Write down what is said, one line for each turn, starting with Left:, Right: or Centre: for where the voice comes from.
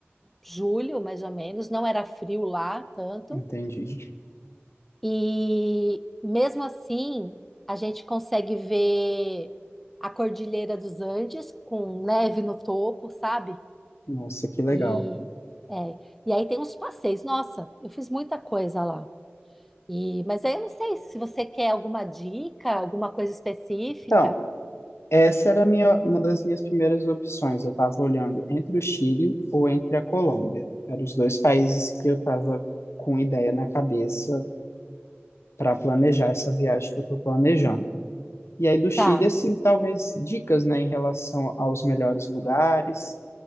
Centre: julho, mais ou menos, não era frio lá tanto.
Left: Entendi.
Centre: E mesmo assim, a gente consegue ver a Cordilheira dos Andes com neve no topo, sabe?
Left: Nossa, que legal.
Centre: E é, e aí tem uns passeios. Nossa, eu fiz muita coisa lá. E, mas aí eu não sei se você quer alguma dica, alguma coisa específica.
Left: Então, Essa era a minha, uma das minhas primeiras opções. Eu estava olhando entre o Chile ou entre a Colômbia. Eram os dois países que eu estava com ideia na cabeça para planejar essa viagem que eu estou planejando. E aí do Chile,
Centre: Tá.
Left: assim, talvez dicas, né, em relação aos melhores lugares.